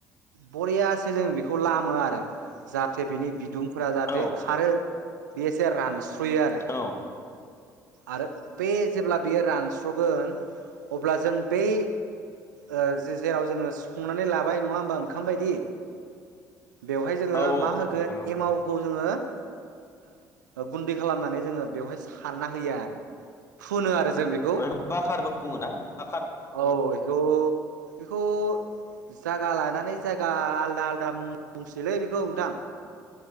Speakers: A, on the right; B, on the left.
A: बरियासो जों बे खौ लामो आरो जाहाथे बेनि बिदुंफोरा जाहाथे
B: औ औ
A: खारो बे एसे रानस्रयो आरो
B: औ
A: आरो बेे जेब्ला बेयो रान स्रगोन अब्ला जों बै ओ जेराव जोङो संनानै लाबाय नङा ओमबा ओंखाम बायदि बेवहाय जोङो
B: औ
A: मा होगोन
B: औ नोंथां औ
A: एमावखौ जोनोम गुन्दै खालामनानै जोङो बेवहाय सारना होयो आरो फुनो आरो जों बेखौ।
B: बेखौ बाखारबो बुङोना बा
A: औ इखौ बेखौ जागा लानानै जायगा आलदा आल दा मुं बुंसैलै बेखौ नोंथां